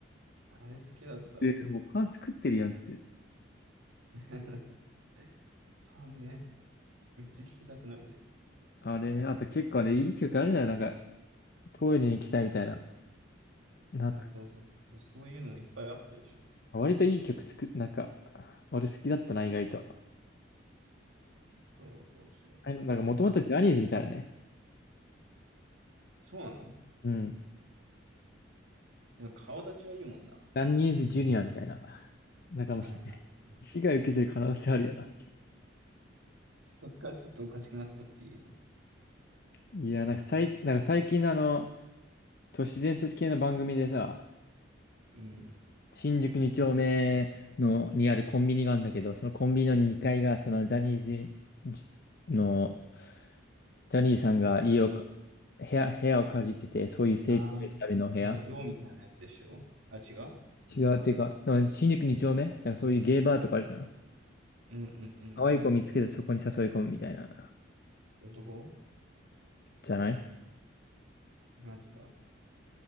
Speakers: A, on the right (about 80°); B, on the left (about 50°).
A: あれ好きだったわ。
B: で、
A: <laughs>
B: もうパン作ってるやんって。
A: ファンね。めっちゃ聞きたくなるね。
B: あれね、あと結構ね、いい曲あるなよ。なんか、トイレに行きたいみたいな。なんか、
A: いや、そうそう。そういうのいっぱいあったでしょ。
B: 割といい曲作っ、なんか、俺好きだったな、意外と。
A: そうそうそう。
B: あれなんか、もともとジャニーズみたいなね。
A: あ、そうなの
B: うん。
A: でも顔立ちはいいもんな。
B: ジャニーズジュニアみたいな。なんかもうひ、
A: はいはい。
B: <laughs> 被害受けてる可能性あるよな。
A: そっからちょっとおかしくなったっていうの。
B: いや、なんか最、なんか最近のあの、都市伝説系の番組でさ、
A: うん。
B: 新宿2丁目の、にあるコンビニがあるんだけど、そのコンビニの2階が、そのジャニーズジの、ジャニーさんが家をか、部屋、部屋を借りてて、そういう成功を得るための部屋。
A: ああ、なんか寮みたいなやつでしょ。あ、違う
B: 違う、っていうか、でも新宿二丁目だからそういうゲイバーとかあるじゃん。
A: うんうん
B: 可愛い子見つけてそこに誘い込むみたいな。
A: うん。男
B: じゃない
A: マジか。